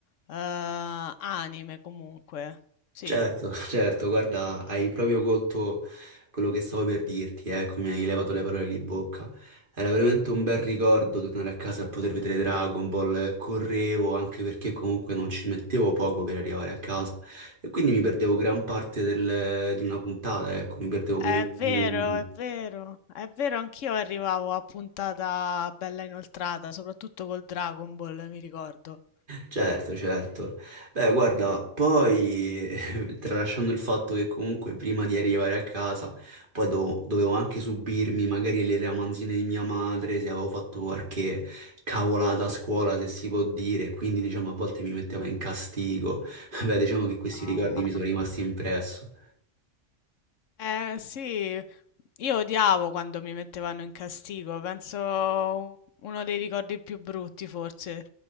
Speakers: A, on the left; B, on the right.
A: anime comunque. Sì,
B: Certo, <laughs> certo, guarda, hai proprio colto quello che stavo per dirti, ecco, mi hai levato le parole di bocca. Era veramente un bel ricordo tornare a casa a poter vedere Dragon Ball, correvo anche perché comunque non ci mettevo poco per arrivare a casa e quindi mi perdevo gran parte del- di una puntata, ecco, mi perdevo
A: è
B: quei 20
A: vero,
B: minuti.
A: è vero, è vero, anch'io arrivavo a puntata bella inoltrata, soprattutto col Dragon Ball, mi ricordo.
B: Certo, certo. Beh, guarda, poi <laughs> tralasciando il fatto che comunque prima di arrivare a casa, poi do- dovevo anche subirmi magari le ramanzine di mia madre, se avevo fatto qualche cavolata a scuola, se si può dire, quindi diciamo a volte mi metteva in castigo. <laughs> Beh, diciamo che questi
A: No.
B: ricordi mi sono rimasti impresso.
A: Eh sì, io odiavo quando mi mettevano in castigo, penso uno dei ricordi più brutti forse.